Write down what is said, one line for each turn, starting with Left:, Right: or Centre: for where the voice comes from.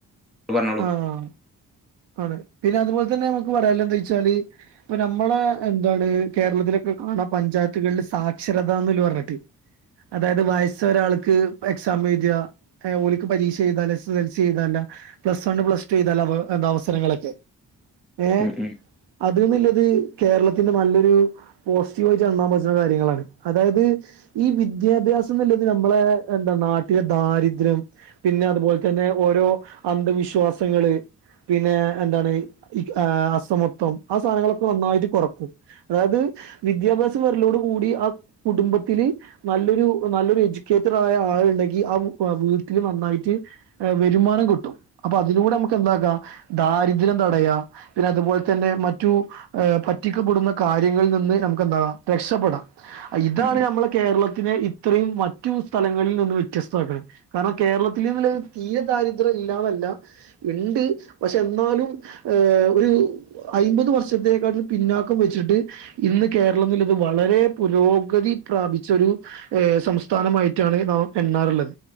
Centre: ഉം പർനോളൂ
Right: ആഹ് ആണ് പിന്നെ അതുപോൽത്തന്നെ തന്നെഅമ്മക് പറയാള്ന്താചാല് ഇപ്പൊ നമ്മള എന്താണ് കേരളത്തിലെക്കെ കാണാ പഞ്ചായത്ത്കളില് സാക്ഷരത എന്ന് പർഞ്ഞിട്ട് അതായ്ത് വയസ്സ് ഒരാൾക്ക്‌ എക്സാം എയ്തിയാ ഏഹ് ഓൽക്ക് പരീശ എയ്താല എസ സൽസി എയ്താല പ്ലസവൺ പ്ലസ്ടു എയ്താല എന്താ അവസരങ്ങളൊക്കെ ഏഹ്..
Centre: ഉം ഉം
Right: അത് ന്ള്ളത് കേരളത്തിന്റെ നല്ലൊരു പോസിറ്റീവായിട്ട് എണ്ണാപറ്റ് ണ കാര്യങ്ങളാണ് അതായത് ഈ വിദ്യാഭ്യാസം ന്നല്ലത് നമ്മളെ ന്താ നാട്ടിലെ ദാരിദ്ര്യം പിന്നെ അത്പോലതന്നെ ഓരോ അന്ധവിശ്വാസങ്ങള് പിന്നെ എന്താണ് ഈ ആഹ് അസമത്വം ആഹ് സാനങ്ങളൊക്കെ നന്നായിട്ട് കോർക്കും അതായ്ത് വിദ്യാഭ്യാസം വെർലോടു കൂടി ആഹ് കുടുംബത്തില് നല്ലൊരു നല്ലൊരു എജ്യൂക്കേറ്റഡ് ആയ ആളുണ്ടെങ്കി ആ വീട്ടില് നന്നായിട്ട് വരുമാനം കിട്ടും, അപ്പൊ അതിലൂടെ നമ്മക്ക് എന്താക്കാ ദാരിദ്ര്യം തടയാ. പിന്നെ അതുപോലെ തന്നെ മറ്റു പറ്റിക്കപ്പെടുന്ന കാര്യങ്ങളിൽ നിന്ന് നമ്മക്ക് എന്താകാം രക്ഷപ്പെടാം. ഇതാണ്
Centre: ഉം ഉം
Right: ഞമ്മലെ കേരളത്തിെനെ ഇത്രയും മറ്റു സ്ഥലങ്ങളിൽ നിന്ന് വ്യത്യസ്ഥആക്ക്ണ്. കാർണം കേരളത്തില് ന്ന്ളത് തീരെ ദാരിദ്ര്യം ഇല്ലാന്നല്ല ഇണ്ട് പക്ഷെ എന്നാലും ഏഹ് ഒരു അയ് മ്പത് വർഷത്തിനെക്കാട്ടിലും പിന്നാക്കം വെച്ചിട്ട് ഇന്ന് കേരളത്തിലിത് വളരെ പുരോഗതി പ്രാപിചൊരു ഏഹ് സംസ്ഥാനമായിട്ടാണ് നാം എണ്ണാറ്ള്ളത്